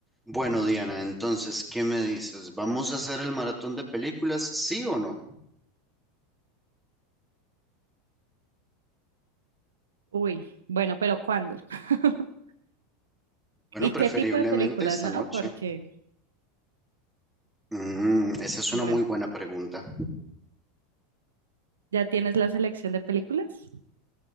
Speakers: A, in the centre; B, on the right.
A: Bueno, Diana, entonces, ¿qué me dices? ¿Vamos a hacer el maratón de películas? ¿Sí o no?
B: Uy, bueno, pero ¿cuándo? <laughs>
A: Bueno,
B: ¿Y
A: preferiblemente
B: qué tipo de películas,
A: esta
B: no?
A: noche.
B: Porque,
A: Mm, esa es una
B: bueno,
A: muy buena pregunta.
B: ¿ya tienes la selección de películas?